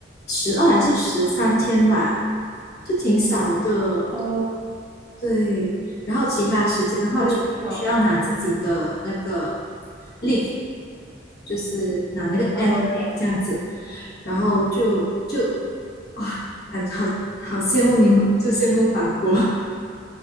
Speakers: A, on the left; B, on the right.
A: 十二还是十三天吧，就挺少的。
B: 哦，
A: 对，然后其他时间的话，
B: 是少。
A: 就需要拿自己的那个 leave，就是拿那个
B: 哦，
A: annual
B: 懂了。
A: leave 这样子，然后就就哇，感觉好好羡慕你们，就羡慕法国